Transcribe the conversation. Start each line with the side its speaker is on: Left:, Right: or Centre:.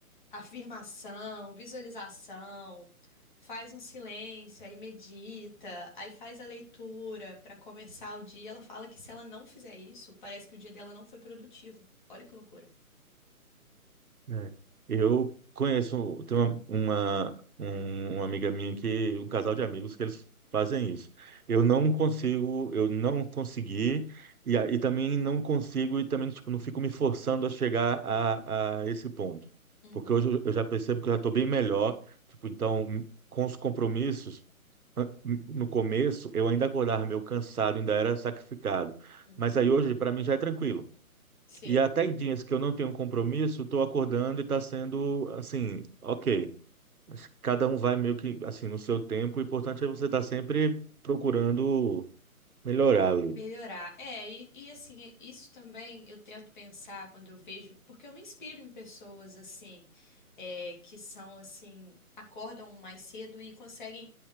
Left: afirmação, visualização, faz um silêncio, aí medita, aí faz a leitura para começar o dia. Ela fala que se ela não fizer isso, parece que o dia dela não foi produtivo. Olha que loucura.
Right: É. Eu conheço, tem uma, uma, um- uma amiga minha que, um casal de amigos que eles fazem isso. Eu não consigo, eu não consegui, e, a- e também não consigo, e também tipo, não fico me forçando a chegar a, a esse ponto.
Left: Uhum,
Right: Porque hoje eu eu já percebo que eu já estou bem melhor, tipo, então, com os compromissos, an- no começo eu ainda acordava meio cansado, ainda era sacrificado.
Left: uhum.
Right: Mas aí hoje, para mim, já é tranquilo.
Left: Sim.
Right: E até em dias que eu não tenho compromisso, estou acordando e está sendo assim, ok. Cada um vai meio que assim no seu tempo. O importante é você estar sempre procurando melhorar ali.
Left: Melhorar. É, e, e assim, isso também eu tento pensar quando eu vejo, porque eu me inspiro em pessoas assim, é, que são assim, acordam mais cedo e conseguem